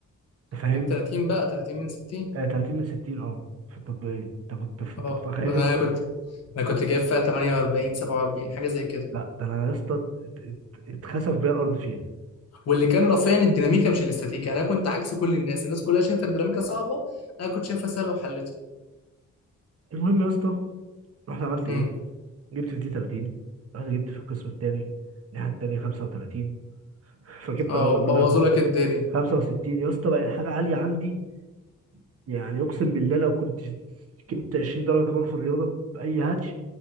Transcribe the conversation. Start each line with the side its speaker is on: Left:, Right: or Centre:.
Right: انت فاهم
Left: جيب 30 بقى 30 من 60
Right: آه 30 من 60 اه في التطبيقيه انت بت- انت
Left: اه
Right: متخيل
Left: انا
Right: يا اسطى
Left: كنت انا كنت جايب فيها 48 47 حاجه زي كده
Right: لا ده انا يا اسطى ات- ات- اتخسف بيا الارض فيها
Left: واللي كان رافعني الديناميكا مش الاستاتيكا انا كنت عكس كل الناس الناس كلها شايفه الديناميكا صعبه انا كنت شايفها سهله وحلتها
Right: المهم يا اسطى رحت عملت
Left: امم
Right: ايه جبت في دي 30 رحت جبت في القسم الثاني الناحيه الثانيه 35 فجبت
Left: اه
Right: الرياضه
Left: بوظوا
Right: كلها
Left: لك الدنيا
Right: 65 يا اسطى بقى الحاجه عاليه عندي يعني اقسم بالله لو كنت جبت 20 درجه كمان في الرياضه باي هاتش